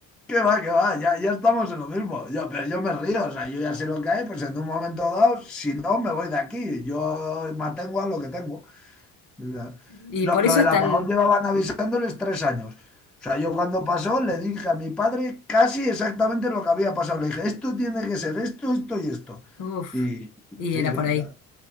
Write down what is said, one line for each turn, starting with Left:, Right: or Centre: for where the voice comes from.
Centre: qué va, qué va, ya, ya estamos en lo mismo. Yo, pero yo me río, o sea, yo ya sé lo que hay, pues en un momento dado, si no, me voy de aquí. Yo mantengo a lo que tengo. O sea,
Left: Y
Centre: lo,
Left: por
Centre: lo
Left: eso
Centre: del
Left: están...
Centre: apagón llevaban avisándoles tres años. O sea, yo cuando pasó le dije a mi padre casi exactamente lo que había pasado. Le dije, esto tiene que ser esto, esto y esto.
Left: Uf,
Centre: Y
Left: y
Centre: sí,
Left: era
Centre: sí,
Left: por ahí.
Centre: claro,